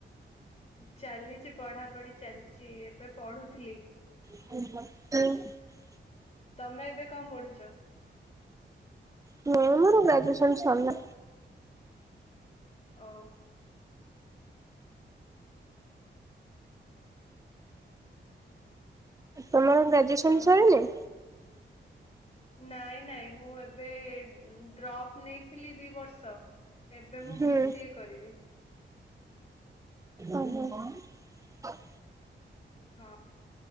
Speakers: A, on the left (about 35°); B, on the right (about 15°).
A: ଚାଲିଚି ପଢ଼ାପଢ଼ି ଚାଲିଚି ଏବେ ପଢ଼ୁଥିଲି।
B: <unintelligible>
A: ତମେ ଏବେ କଣ ପଢ଼ୁଛ?
B: ନାଇଁ ମୋର ଗ୍ରାଜୁଏସନ୍ ସରିଲା।
A: ଓ,
B: ତମର ଗ୍ରାଜୁଏସନ୍
A: ଆଉ
B: ସରିଲା?
A: ନାଇଁ ନାଇଁ ମୁଁ ଏବେ ଡ୍ରପ୍ ନେଇଥିଲି ଦି ବର୍ଷ। ଏବେ ମୁଁ
B: ହୁଁ
A: ବି ସିଏ କରିବି।
B: ଓହୋ, <inaudible>
A: ହଁ।